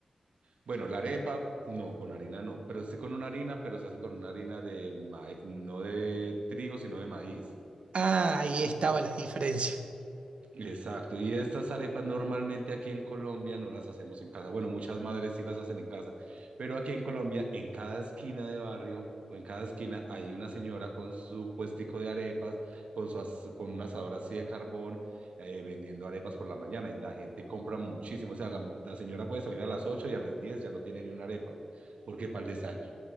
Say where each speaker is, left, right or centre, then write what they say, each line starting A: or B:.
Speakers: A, on the right; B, on the right.
A: Bueno, la arepa, no, con harina no, pero sí con una harina, pero se hace con una harina de maíz, no de trigo, sino de maíz.
B: Ah, ahí estaba la diferencia.
A: Exacto, y estas arepas normalmente aquí en Colombia no las hacemos en casa. Bueno, muchas madres sí las hacen en casa, pero aquí en Colombia, en cada esquina de barrio o en cada esquina hay una señora con su puestico de arepas, con su as- con un asador así de carbón, eh, vendiendo arepas por la mañana y la gente compra muchísimo. O sea, la, mu- la señora puede salir a las 8 y a las 10 ya no tiene ni una arepa, porque para el desayuno.